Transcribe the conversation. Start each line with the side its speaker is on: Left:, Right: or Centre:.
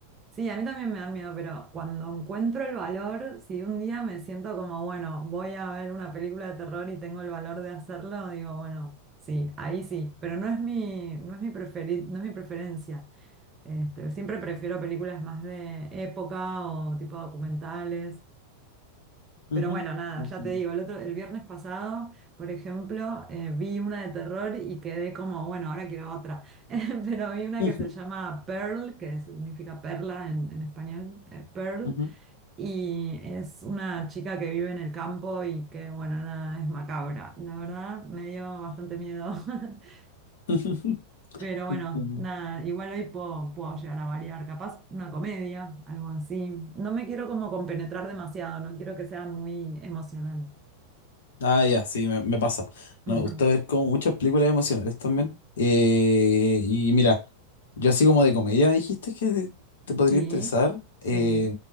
Right: Sí, a mí también me dan miedo, pero cuando encuentro el valor, si un día me siento como, bueno, voy a ver una película de terror y tengo el valor de hacerlo, digo, bueno, sí, ahí sí, pero no es mi, no es mi preferi- no es mi preferencia. Este, siempre prefiero películas más de época o tipo documentales.
Left: Ujú.
Right: Pero bueno, nada,
Left: <laughs>
Right: ya
Left: Entiendo.
Right: te digo, el otro, el viernes pasado, por ejemplo, eh, vi una de terror y quedé como, bueno, ahora quiero otra. <laughs> Pero vi una
Left: Ujú,
Right: que se llama Pearl, que significa perla en, en español, eh, Pearl,
Left: ujú.
Right: y es una chica que vive en el campo y que, bueno, nada, es macabra. La verdad, me dio bastante miedo. <laughs>
Left: <laughs>
Right: Pero bueno,
Left: Entiendo.
Right: nada, igual hoy puedo, puedo llegar a variar, capaz una comedia, algo así. No me quiero como compenetrar demasiado, no quiero que sea muy emocional.
Left: Ah, ya, sí, me, me pasa.
Right: Ujú.
Left: No, me gusta ver como muchas películas emocionales también. Eh, y mira, yo así como de comedia me dijiste que te, te podría
Right: Sí,
Left: interesar.
Right: sí,
Left: Eh,